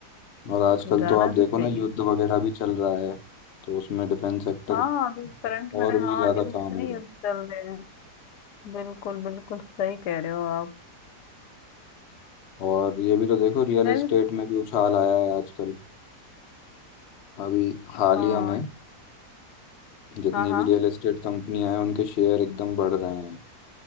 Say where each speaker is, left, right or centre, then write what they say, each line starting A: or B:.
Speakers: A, on the left; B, on the left.
A: और आजकल
B: तो जाना
A: तो आप
B: तो
A: देखो
B: चाहिए
A: ना युद्ध वगैरह भी चल रहा है तो उसमें डिफेंस सेक्टर
B: हाँ अभी करंट में
A: और भी
B: हाँ
A: ज़्यादा
B: देखो कितने
A: काम हो रहा
B: युद्ध
A: है
B: चल रहे हैं बिल्कुल बिल्कुल सही कह रहे हो आप
A: और ये भी तो देखो रियल
B: मैं
A: एस्टेट
B: भी
A: में भी उछाल आया है आजकल अभी
B: हाँ
A: हालिया में जितनी
B: हाँ हाँ
A: भी रियल एस्टेट कंपनियां हैं उनके शेयर एकदम बढ़ रहे हैं